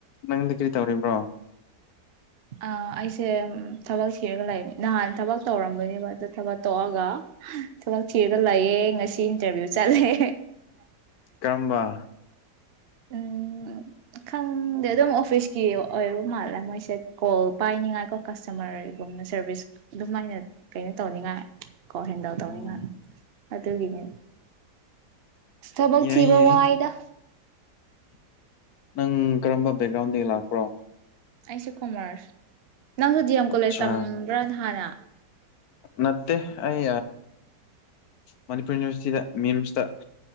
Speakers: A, on the left; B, on the right.
A: ꯅꯪꯗꯤ ꯀꯔꯤ ꯇꯧꯔꯤꯕ꯭ꯔꯣ
B: ꯑ ꯑꯩꯁꯦ ꯊꯕꯛ ꯊꯤꯔꯒ ꯂꯩꯅꯦ ꯅꯍꯥꯟ ꯊꯕꯛ ꯇꯧꯔꯝꯕꯅꯦꯕ ꯑꯗꯨ ꯊꯕꯛ ꯇꯣꯛꯑꯒ ꯊꯕꯛ ꯊꯤꯔꯒ ꯂꯩꯌꯦꯦ ꯉꯁꯤ ꯏꯟꯇꯔꯚꯤꯌꯨ ꯆꯠꯂꯦ
A: ꯀꯔꯝꯕ
B: ꯎꯝ ꯈꯪꯗꯦ ꯑꯗꯨꯝ ꯑꯣꯐꯤꯁꯀꯤ ꯑꯣꯏꯕ ꯃꯥꯜꯂꯦ ꯃꯣꯏꯁꯦ ꯀꯣꯜ ꯄꯥꯏꯅꯤꯉꯥꯏꯀꯣ ꯀꯁꯇꯃꯔꯒꯨꯝꯅ ꯁꯔꯚꯤꯁ ꯑꯗꯨꯃꯥꯏꯅ ꯀꯩꯅꯣ ꯇꯧꯅꯤꯉꯥꯏ ꯀ ꯍꯦꯟꯗꯧ ꯇꯥꯕꯅꯤ
A: ꯎꯝ
B: ꯃꯥ ꯑꯗꯨꯒꯤꯅꯦ ꯊꯕꯛ
A: ꯌꯥꯏ
B: ꯊꯤꯕ
A: ꯌꯥꯏ
B: ꯋꯥꯏꯗ
A: ꯅꯪ ꯀꯔꯝꯕ ꯕꯦꯛꯒ꯭ꯔꯥꯎꯟꯗꯒꯤ ꯂꯥꯛꯄ꯭ꯔꯣ
B: ꯑꯁꯨꯨ ꯀꯨꯃꯔ ꯅꯪꯁꯨ ꯗꯤ ꯑꯦꯝ
A: ꯑꯠꯆꯥ
B: ꯀꯣꯂꯦꯖ ꯇꯝꯕ꯭ꯔꯅ ꯍꯥꯟꯅ
A: ꯅꯠꯇꯦ ꯑꯩ ꯃꯅꯤꯄꯨꯔ ꯌꯨꯅꯤꯚꯔꯁꯤꯇꯤꯗ ꯃꯤꯝꯁꯇ